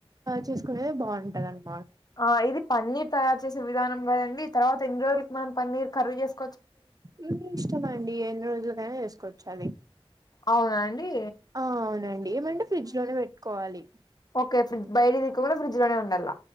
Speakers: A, on the right; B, on the left.
A: చేసుకు బాగుంటాదంట
B: ఆ ఇది పన్నీర్ తయారు చేసే విధానం కదండి తర్వాత ఎన్ని రోజులకి మనం పన్నీర్ కర్రీ చేసు
A: మీ ఇష్టమండి ఎన్ని రోజులకైనా చేసుకోవచ్చు అది
B: అవునాండి
A: ఆ అవునండి ఏమంటే ఫ్రిడ్జ్ లోనే పెట్టుకోవాలి
B: <unintelligible> బయట తీకుండ ఫ్రిడ్జ్ లోనే ఉండాల